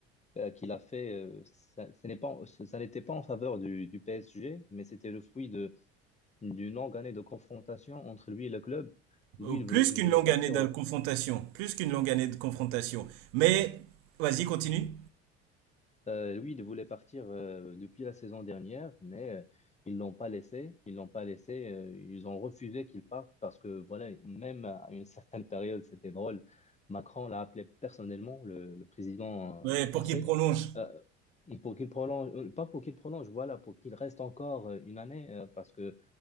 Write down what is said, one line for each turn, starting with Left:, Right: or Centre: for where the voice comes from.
Left: euh, qu'il a fait. euh, ça ce n'est pas, ce- ça n'était pas en faveur du, du PSG, mais c'était le fruit de d'une longue année de confrontation entre lui et le club. Lui,
Right: Euh,
Left: il, vou-
Right: Plus
Left: il
Right: qu'une
Left: voulait
Right: longue
Left: partir
Right: année de confrontation, plus qu'une longue année de confrontation. Mais, vas-y, continue.
Left: Euh, oui, il voulait partir euh, depuis la saison dernière, mais euh, ils l'ont pas laissé. Ils l'ont pas laissé. euh, ils ont refusé qu'il parte parce que voilà, même à une certaine période, c'était drôle. Macron l'a appelé personnellement, le, le président
Right: Ouais,
Left: euh,
Right: pour
Left: français,
Right: qu'il prolonge.
Left: euh, pour qu'il prolonge, euh, pas pour qu'il prolonge, voilà, pour qu'il reste encore euh, une année euh, parce que